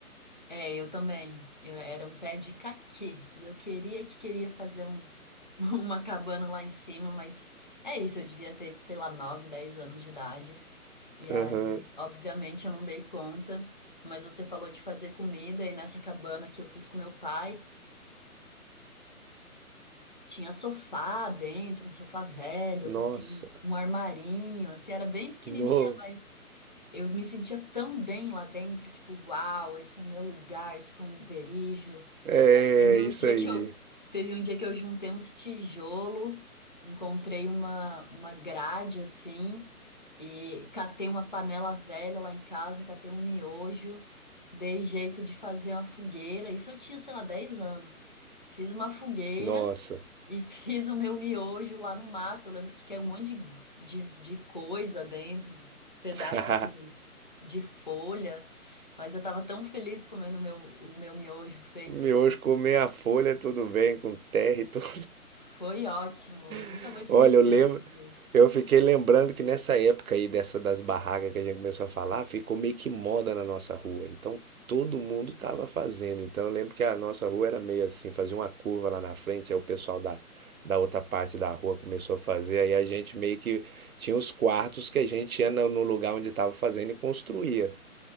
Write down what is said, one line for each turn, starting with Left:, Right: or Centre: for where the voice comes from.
Left: É, eu também. Eu era um pé de caqui e eu queria que queria fazer um, <laughs> uma cabana lá em cima, mas é isso, eu devia ter, sei lá, 9, 10 anos de idade. E
Right: Aham.
Left: aí, obviamente, eu não dei conta, mas você falou de fazer comida e nessa cabana que eu fiz com meu pai, tinha sofá dentro, um sofá velho, eu
Right: Nossa.
Left: coloquei um, um armarinho, assim, era bem pequenininha,
Right: No.
Left: Eu me sentia tão bem lá dentro, tipo, uau, esse é o meu lugar, esconderijo.
Right: É,
Left: E aí teve um
Right: isso
Left: dia
Right: aí.
Left: que eu teve um dia que eu juntei uns tijolo, encontrei uma uma grade assim e catei uma panela velha lá em casa, catei um miojo, dei jeito de fazer uma fogueira. Isso eu tinha, sei lá, 10 anos. Fiz uma fogueira
Right: Nossa.
Left: e fiz o meu miojo lá no mato. Eu lembro que caiu um monte de, de, de coisa dentro, pedaço
Right: <laughs>
Left: de, de folha. Mas eu tava tão feliz comendo o meu, o meu miojo feito
Right: O miojo
Left: assim.
Right: com meia folha, tudo bem, com terra e tudo.
Left: Foi ótimo. Eu nunca
Right: <laughs>
Left: vou esquecer
Right: Olha, eu lembro,
Left: desse dia.
Right: eu fiquei lembrando que nessa época aí, dessa das barracas que a gente começou a falar, ficou meio que moda na nossa rua. Então todo mundo tava fazendo. Então eu lembro que a nossa rua era meio assim, fazia uma curva lá na frente, aí o pessoal da, da outra parte da rua começou a fazer. Aí a gente meio que tinha os quartos que a gente ia no no lugar onde tava fazendo e construía.